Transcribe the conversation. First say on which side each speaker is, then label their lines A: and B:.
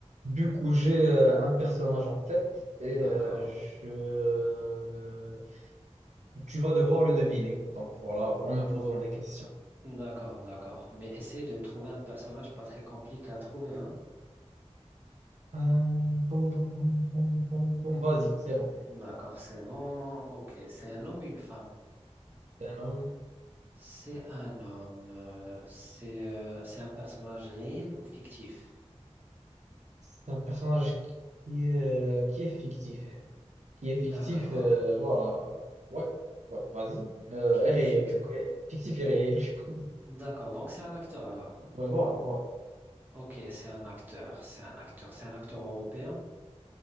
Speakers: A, on the right; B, on the right.
A: Du coup, j'ai euh, un personnage en tête et
B: D'accord.
A: euh, je... euh, tu vas devoir le deviner. Donc voilà, en me posant des questions.
B: D'accord, d'accord. Mais essaye de me trouver un personnage pas très compliqué à trouver, hein?
A: Euh, bon, bon, bon, bon, bon, bon, vas-y, c'est bon.
B: D'accord, c'est bon. Ok, c'est un homme ou une femme?
A: C'est un homme,
B: C'est un homme. euh, c'est euh, c'est un personnage réel ou fictif?
A: c'est un personnage qui est, euh, qui est fictif. Qui est fictif,
B: D'accord.
A: euh, voilà. Ouais, ouais, vas-y. Euh,
B: Qui
A: est réel,
B: est fictif?
A: du coup. euh, Fictif et réel, du coup.
B: D'accord, donc c'est un acteur alors.
A: <laughs> Ouais, voilà, voilà.
B: Ok, c'est un acteur, c'est un acteur, c'est un acteur européen.